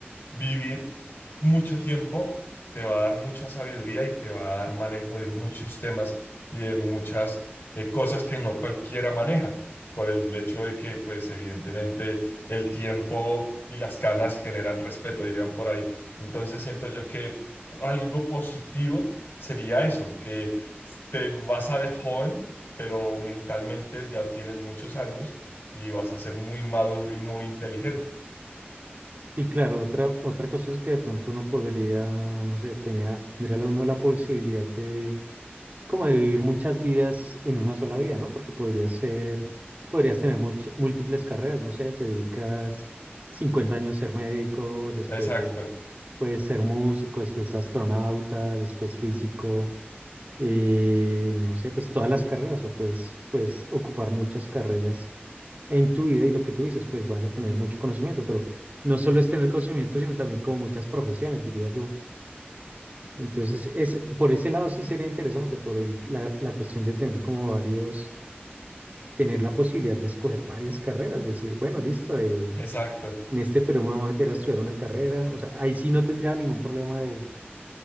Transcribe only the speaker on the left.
vivir mucho tiempo te va a dar mucha sabiduría y te va a dar manejo de muchos temas y de muchas eh, cosas que no cualquiera maneja, por el hecho de que, pues, evidentemente el tiempo y las canas generan respeto, dirían por ahí. Entonces siento yo que algo positivo sería eso, que te vas a ver joven, pero mentalmente ya tienes muchos años y vas a ser muy maduro y muy inteligente.
Exacto,
exacto,